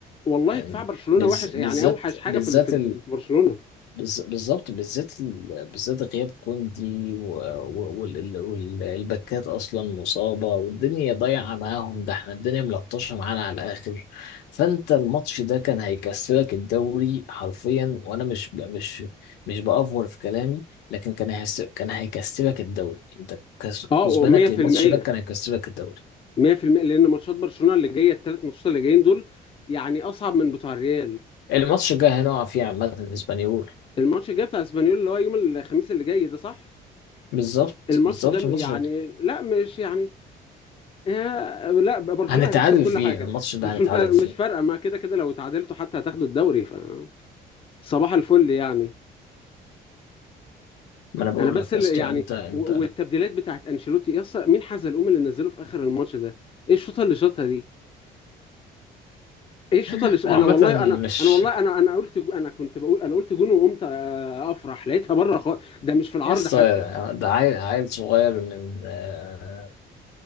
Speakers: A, on the left; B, on the left.
A: والله
B: يعني
A: دفاع برشلونة
B: بز...
A: وحش
B: بالذات
A: يعني اوحش حاجة
B: بالذات
A: في في في برشلونة
B: بالز- بالظبط بالذات ال- بالذات غياب كوندي والباكات اصلا مصابه والدنيا ضايعه معاهم ده احنا الدنيا ملطشه معانا على الاخر فانت الماتش ده كان هيكسبك الدوري حرفيا وانا مش ب- مش مش بافور في كلامي لكن كان هيس- كان هيكسبك الدوري انت كس-
A: اه
B: كسبانك
A: 100%
B: للماتش ده كان هيكسبك الدوري
A: 100% لان ماتشات برشلونة اللي جاية الثلاث ماتشات اللي جايين دول يعني اصعب من بتوع الريال
B: الماتش الجاي هنقع فيه عامه الاسبانيول
A: الماتش الجاي بتاع اسبانيول اللي هو يوم الخميس اللي جاي ده صح
B: بالظبط
A: الماتش
B: بالظبط
A: ده م-
B: الماتش
A: يعني
B: ده
A: لا مش يعني آه، لا برشلونة
B: هنتعادل
A: هتكسب كل
B: فيه
A: حاجة
B: الماتش ده
A: برشلونة
B: هنتعادل
A: <laughs>
B: فيه
A: مش فارقة ما كده كده لو تعادلتوا حتى هتاخدوا الدوري ف صباح الفل يعني
B: ما انا بقول
A: انا بس
B: لك
A: اللي
B: يا اسطى
A: يعني
B: انت انت
A: و- والتبديلات بتاعت انشيلوتي يا اسطى مين حزلقوم اللي نزله في اخر الماتش ده ايه الشوطه اللي شاطها دي ايه الشوطه
B: هو
A: اللي ش- انا
B: عامة
A: والله انا
B: مش
A: انا والله انا انا قلت جو- انا كنت بقول انا قلت جون وقمت آه، افرح لقيتها بره خالص ده مش في العرض
B: يا اسطى
A: حتى
B: ده عيل عيل صغير من آه،